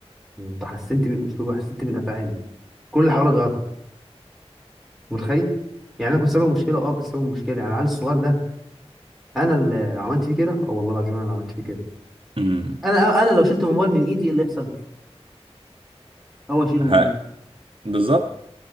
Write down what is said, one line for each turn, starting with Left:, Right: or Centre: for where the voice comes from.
Centre: انت حسنت من اسلوبي حسنت من افعالي كل اللي حواليا غير متخيل يعني انا كنت سبب مشكله اه كنت سبب مشكله يعني العيل الصغير ده انا اللي عملت فيه كده اه والله العظيم انا اللي عملت فيه كده
Right: مم.
Centre: انا انا لو شلت الموبايل من ايدي ايه اللي يحصل هو يشيله
Right: ها
Centre: من ايده
Right: بالظبط